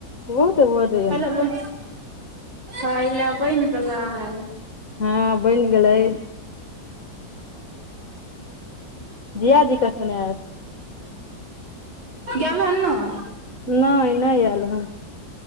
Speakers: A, on the left; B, on the right.
A: वैह त बजै यै।
B: ए खाइले बैन गेला हे।
A: हां बैन गेलै। जीजा जी कखन ऐत?
B: गेल हन नय?
A: नै नै ऐल हें।